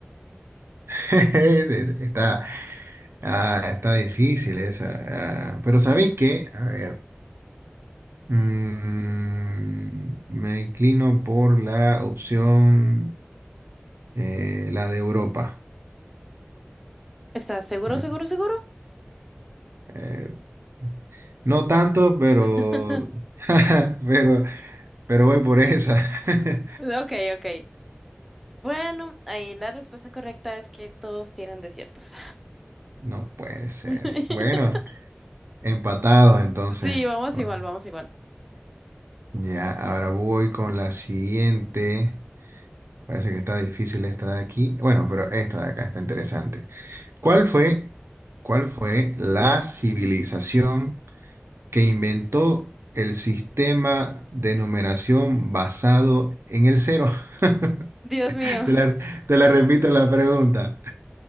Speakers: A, on the right (about 75°); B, in the centre.
A: <laughs> Está, ah, está difícil esa. ah, pero ¿sabéis qué? A ver. Mm, me inclino por la opción, eh, la de Europa.
B: ¿Estás seguro,
A: Bueno,
B: seguro, seguro?
A: eh, no tanto, pero,
B: <laughs>
A: <laughs> pero, pero voy por esa. <laughs>
B: Ok, ok. Bueno, ahí la respuesta correcta es que todos tienen desiertos.
A: No puede ser.
B: <laughs>
A: Bueno, empatados entonces.
B: Sí, vamos
A: Bueno,
B: igual, vamos igual.
A: Ya, ahora voy con la siguiente. Parece que está difícil esta de aquí. Bueno, pero esta de acá está interesante. ¿Cuál fue, cuál fue la civilización? que inventó el sistema de numeración basado en el cero. <laughs>
B: Dios mío.
A: Te la, te la repito la pregunta.